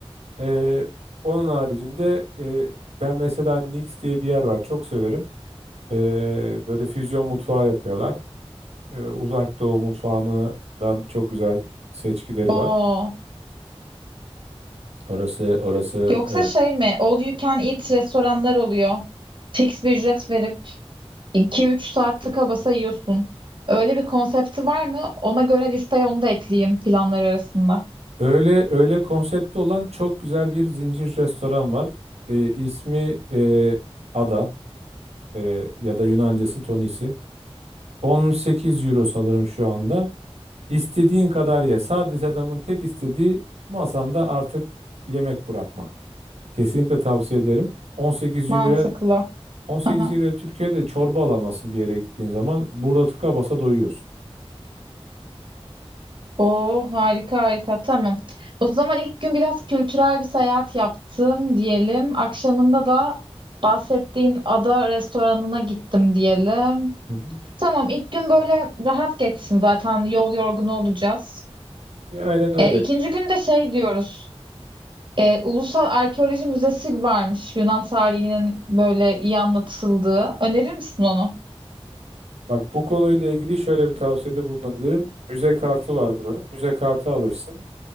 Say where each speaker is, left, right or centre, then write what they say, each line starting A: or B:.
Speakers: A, on the right (about 85°); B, on the right (about 50°).
A: Ee, onun haricinde e, ben mesela Nix diye bir yer var. Çok severim. Ee, böyle füzyon mutfağı yapıyorlar. Ee, Uzak Doğu mutfağından çok güzel seçkileri
B: Oo.
A: var. Orası orası
B: Yoksa
A: e,
B: şey mi? All you can eat restoranlar oluyor. Fix bir ücret verip iki üç saat tıka basa yiyorsun. Öyle bir konsepti var mı? Ona göre listeye onu da ekleyeyim planlar arasında.
A: öyle öyle konseptli olan çok güzel bir zincir restoran var. Ee, ismi e, Ada e, ya da Yunancası Tonisi. 18 euro sanırım şu anda. İstediğin kadar ye. Sadece adamın tek istediği masanda artık yemek bırakma. Kesinlikle tavsiye ederim. 18
B: Mantıklı.
A: euroya 18
B: <laughs>
A: euroya Türkiye'de çorba alamazsın bir yere gittiğin zaman. Burada tıka basa doyuyorsun.
B: Oo harika harika tamam. O zaman ilk gün biraz kültürel bir seyahat yaptım diyelim. Akşamında da bahsettiğin ada restoranına gittim diyelim.
A: Hı hı.
B: Tamam ilk gün böyle rahat geçsin zaten yol yorgunu olacağız.
A: E, aynen öyle.
B: E, ikinci gün de şey diyoruz. E, Ulusal Arkeoloji Müzesi varmış Yunan tarihinin böyle iyi anlatıldığı. Önerir misin onu?
A: Bak bu konuyla ilgili şöyle bir tavsiyede bulunabilirim. Müze kartı var buranın. Müze kartı alırsın.